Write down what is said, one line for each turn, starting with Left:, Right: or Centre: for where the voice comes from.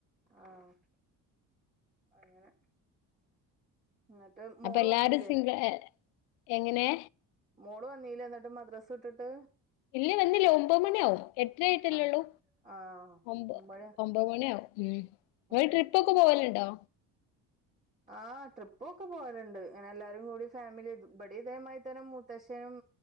Right: ആഹ് അങ്ങനെ- എന്നിട്ട് മോള്
Left: അപ്പൊ എല്ലാരും
Right: വന്നീലെ?
Left: സിംഗിൾ എ എങ്ങനെ?
Right: മോള് വന്നീല എന്നിട്ട് മദ്രാസ വീട്ടിട്ടു?
Left: ഇല്ലേ വന്നില്ലേ ഒമ്പത് മണിയ ആവും എട്ടര ആയിട്ടുള്ളൂ
Right: ആഹ് ആഹ്
Left: ഒബ്
Right: ഒമ്പത്
Left: ഒൻപത് മണി ആകും നിങ്ങൾ
Right: ഉം
Left: ട്രിപ്പ് ഒക്കെ പോവലുണ്ടോ?
Right: ആ് ട്രിപ്പ ഒക്കെ പോയലുണ്ട് അങ്ങനെ എല്ലാരും കൂടി ഫാമിലി ഇവിടെയും ഇങ്ങനെത്തന്നെ മൂത്തച്ഛൻ